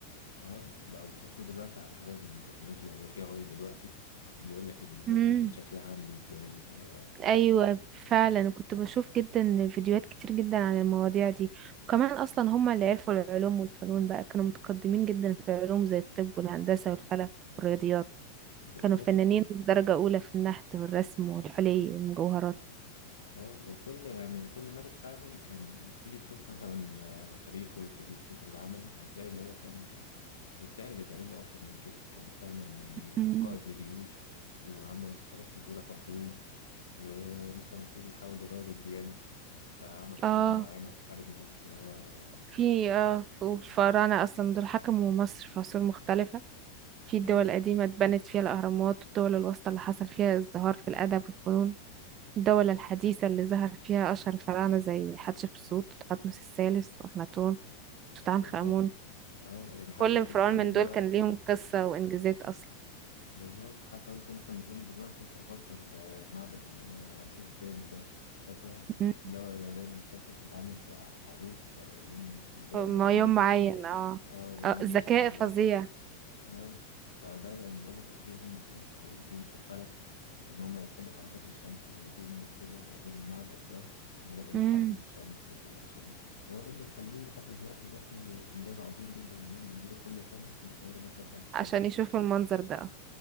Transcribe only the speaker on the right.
مم.
ايوه فعلا أنا كنت بشوف جدا فيديوهات كتير جدا عن المواضيع دي وكمان اصلا هم اللي عرفوا العلوم والفنون بقى كانوا متقدمين جدا في العلوم زي الطب والهندسة والفلك والرياضيات
كانوا فنانين
درجة اولى في النحت والرسم والحلي والمجوهرات
مم.
اه
في اه في- والفراعنة أصلا دول حكموا مصر في عصور مختلفة في الدول
القديمة اتبنت فيها الأهرامات والدول الوسطى اللي حصل فيها ازدهار في الأدب والفنون الدولة الحديثة اللي ظهر فيها أشهر الفراعنة زي حتشبسوت وتحتمس الثالث وأخناتون توت عنخ
آمون
كل
فرعون
من
دول كان ليهم قصة وإنجازات أصلا
مم.
ما
يوم
معين اه
آه،
ذكاء
فظيع
مم.
عشان يشوفوا المنظر ده آه.